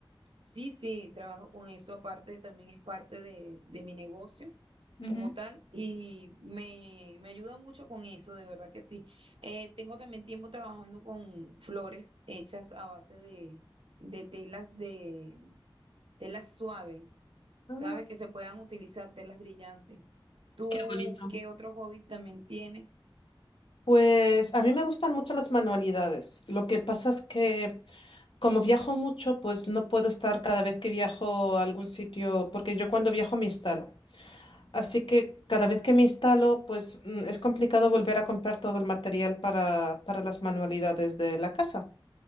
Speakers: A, on the right (about 90°); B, on the left (about 70°).
A: Sí, sí, trabajo con eso. Aparte, también es parte de, de mi negocio
B: Ujú.
A: como tal y me, me ayuda mucho con eso, de verdad que sí. Eh, tengo también tiempo trabajando con flores hechas a base de, de telas de telas suaves,
B: Ah.
A: ¿sabes? Que se puedan utilizar telas brillantes. ¿Tú
B: Qué bonito.
A: qué otro hobby también tienes?
B: Pues a mí me gustan mucho las manualidades. Lo que pasa es que como viajo mucho, pues no puedo estar cada vez que viajo a algún sitio, porque yo cuando viajo me instalo. Así que cada vez que me instalo, pues mm, es complicado volver a comprar todo el material para, para las manualidades de la casa.